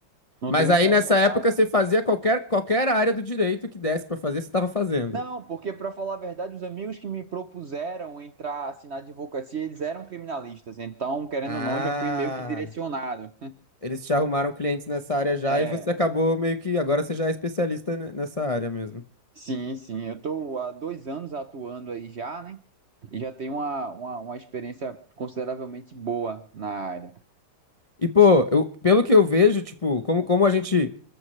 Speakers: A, on the right; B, on the left.
A: Não
B: Mas
A: tenho
B: aí
A: essa,
B: nessa
A: essa tara.
B: época você fazia qualquer, qualquer área do direito que desse pra fazer, você tava fazendo.
A: Não, porque para falar a verdade, os amigos que me propuseram entrar assim, na advocacia, eles eram criminalistas. Então, querendo
B: Ah,
A: ou não, já fui meio que direcionado.
B: eles te arrumaram clientes nessa área já
A: É,
B: e você acabou meio que agora você já é especialista ne- nessa área mesmo.
A: sim, sim. Eu tô há dois anos atuando aí já, né? e já tem uma, uma, uma experiência consideravelmente boa na área.
B: E pô, eu- pelo que eu vejo, tipo, como, como a gente